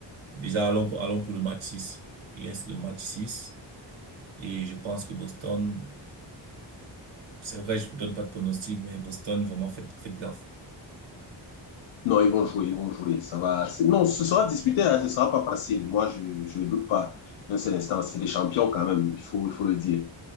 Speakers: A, on the right; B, on the left.
A: Déjà, allons, allons pour le match six Il reste le match six Et je pense que Boston, c'est vrai, je ne donne pas de pronostic, mais Boston, vraiment, faites, faites gaffe.
B: Non, ils vont jouer, ils vont jouer. Ça va. c'est- Non, ce sera disputé, hein, ce ne sera pas facile. Moi, je je ne doute pas. Un seul instant, c'est des champions quand même. Il faut, il faut le dire.